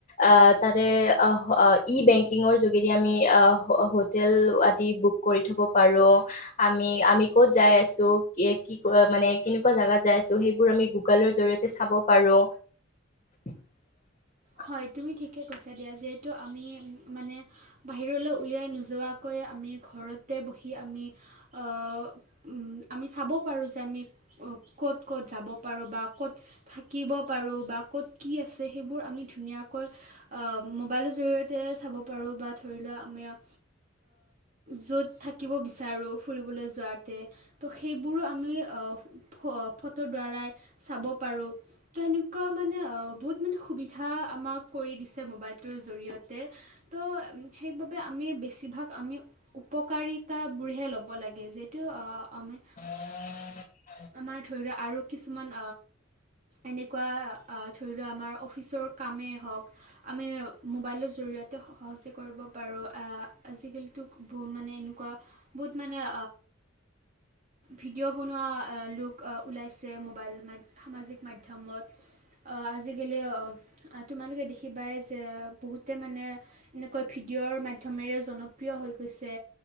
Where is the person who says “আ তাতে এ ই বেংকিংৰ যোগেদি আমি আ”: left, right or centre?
Left